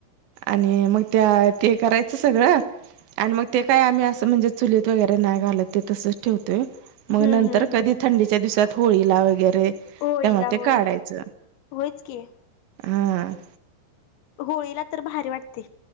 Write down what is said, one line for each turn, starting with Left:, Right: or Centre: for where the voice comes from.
Right: आणि मग त्या ते करायचं सगळं आणि मग ते काय आम्ही असं म्हणजे चुलीत वगैरे नाही घालत ते तसंच ठेवतोय मग
Left: हम्म
Right: नंतर
Left: हम्म
Right: कधी थंडीच्या दिवसात होळीला वगैरे
Left: होळीला
Right: ह ते
Left: होय
Right: काढायच,
Left: होयच की
Right: हा.
Left: होळीला तर भारी वाटतय.